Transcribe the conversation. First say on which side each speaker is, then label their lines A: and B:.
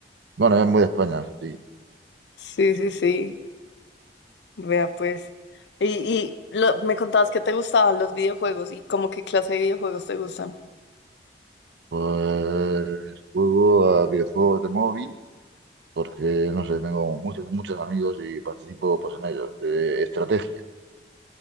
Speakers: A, on the right; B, on the left.
A: Bueno, es muy de España, sí.
B: Sí, sí, sí. Vea pues. Y, y lo- me contabas que te gustaban los videojuegos y como qué clase de videojuegos te gustan.
A: Pues juego a videojuegos de móvil porque, no sé, tengo muchos, muchos amigos y participo pues en ellos, de estrategia,